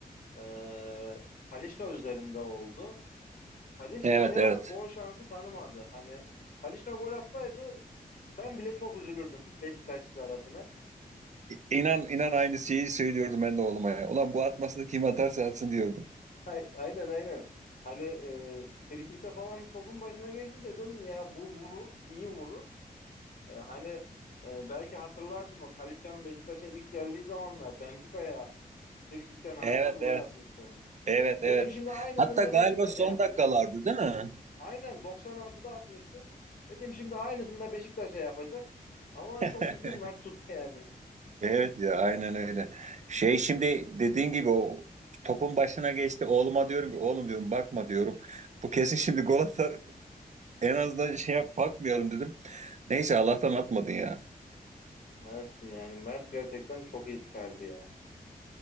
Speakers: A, on the left (about 65°); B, on the right (about 50°).
A: E, Talisca üzerinde oldu. Talisca'ya
B: Evet evet.
A: gol şansı tanımadı. Hani Talisca gol atsaydı ben bile çok üzülürdüm <laughs> Beşiktaşlılar adına.
B: İnan inan aynı şeyi söylüyordum ben de oğluma ya. Ulan bu atmasını kim atarsa atsın diyordum.
A: Ay- Aynen aynen. Hani e, frikikte falan topun başına geçti dedim ya bu vurur, iyi vurur. E, hani e, belki hatırlarsın o Talisca'nın Beşiktaş'a ilk geldiği zamanlar Benfica'ya frikikten harika
B: Evet
A: bir gol
B: evet.
A: atmıştı.
B: Evet evet.
A: Dedim şimdi aynısını
B: Hatta
A: da
B: galiba
A: Beşiktaş'a
B: son
A: yapacak.
B: dakikalardı değil mi?
A: Aynen 90 artıda atmıştı. Dedim şimdi aynısını da Beşiktaş'a yapacak. Ama
B: <laughs>
A: çok şükür Mert tuttu yani.
B: Evet ya aynen öyle. Şey şimdi dediğin gibi o topun başına geçti. Oğluma diyorum ki oğlum diyorum bakma diyorum. Bu kesin şimdi gol atar. En azından şey yap, bakmayalım dedim. Neyse Allah'tan atmadın ya.
A: Mert'sin yani. Mert gerçekten çok iyi çıkardı ya.